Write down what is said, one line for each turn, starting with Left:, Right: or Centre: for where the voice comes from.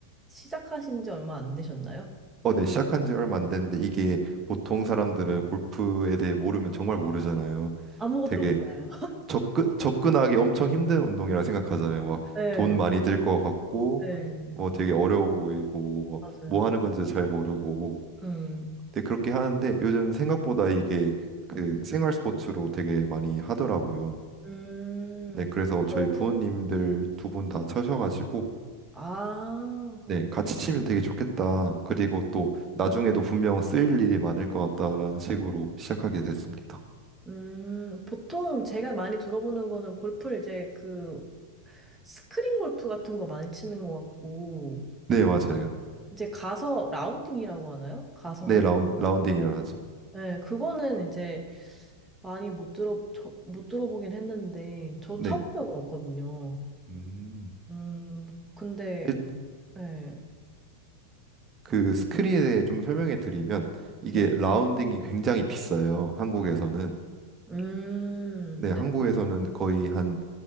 Centre: 시작하신 지 얼마 안 되셨나요?
Right: 어, 네, 시작한 지 얼마 안 됐는데 이게 보통 사람들은 골프에 대해 모르면 정말 모르잖아요.
Centre: 아무것도
Right: 되게
Centre: 몰라요.
Right: 접근 접근하기 엄청 힘든 운동이라 생각하잖아요. 막
Centre: 네,
Right: 돈 많이 들 것 같고
Centre: 네,
Right: 뭐 되게 어려워 보이고 뭐,
Centre: 맞아요.
Right: 뭐 하는 건지 잘 모르고
Centre: 음,
Right: 근데 그렇게 하는데 요즘 생각보다 이게 그 생활 스포츠로 되게 많이 하더라고요.
Centre: 음,
Right: 네, 그래서 저희
Centre: 보통,
Right: 부모님들 두 분 다 쳐셔가지고
Centre: 아, 그렇,
Right: 네, 같이 치면 되게 좋겠다. 그리고 또 나중에도 분명 쓰일 일이 많을 것 같다라는 식으로 시작하게 됐습니다.
Centre: 음, 보통 제가 많이 들어보는 거는 골프를 이제 그 스크린 골프 같은 거 많이 치는 것 같고,
Right: 네, 맞아요.
Centre: 이제 가서 라운딩이라고 하나요? 가서
Right: 네,
Centre: 하는.
Right: 라운, 라운딩이라 하죠.
Centre: 네, 그거는 이제 많이 못 들어, 저, 못 들어보긴 했는데, 저도
Right: 네.
Centre: 쳐본 적은 없거든요.
Right: 음.
Centre: 음, 근데,
Right: 일-
Centre: 네,
Right: 그 스크린에 좀 설명해 드리면 이게
Centre: 네.
Right: 라운딩이 굉장히 비싸요. 한국에서는.
Centre: 음,
Right: 네, 한국에서는
Centre: 네.
Right: 거의 한